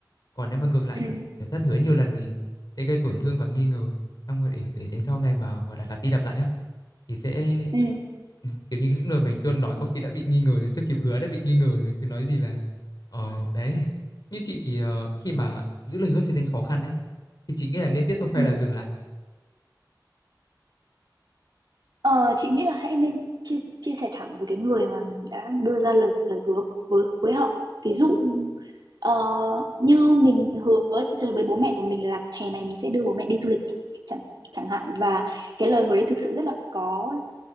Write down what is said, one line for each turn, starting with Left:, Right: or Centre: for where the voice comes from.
Left: Còn nếu mà ngược lại,
Right: ừ
Left: kiểu thất hứa nhiều lần thì sẽ gây tổn thương và nghi ngờ. Xong rồi để để đến sau này mà gọi là lặp đi lặp lại á Thì sẽ
Right: ừ
Left: ừm, kiểu như, những lời mình chưa nói có khi đã bị nghi ngờ rồi, chưa kịp hứa đã bị nghi ngờ rồi chứ nói gì là ờ, đấy. Như chị thì, ờ, khi mà giữ lời hứa trở nên khó khăn đấy thì chị nghĩ là nên tiếp tục hay
Right: ừ
Left: là dừng lại?
Right: Ờ, chị nghĩ là hãy nên chia chia sẻ thẳng với cái người mà mình đã đưa ra lời lời hứa với với họ. Ví dụ ờ, như mình hứa với bố mẹ của mình là hè này mình sẽ đưa bố mẹ đi du lịch chẳng chẳng hạn và cái lời hứa đấy thực sự rất là có